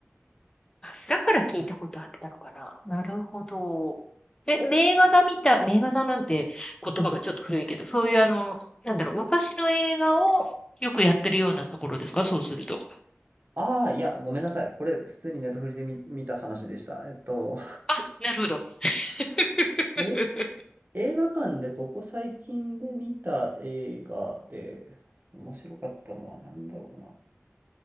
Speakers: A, on the left; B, on the right.
A: あだから聞いたことあったのかな。なるほど。え、名画座みたい、名画座なんて言葉がちょっと古いけど、そういうあの、なんだろう、昔の映画をよくやってるようなところですかそうすると。
B: ああ、いや、ごめんなさい。これ、普通にネタフリで見、見た話でした。えっと、
A: あ、なるほど。<laughs>
B: え、映画館でここ最近で見た映画で面白かったのは何だろ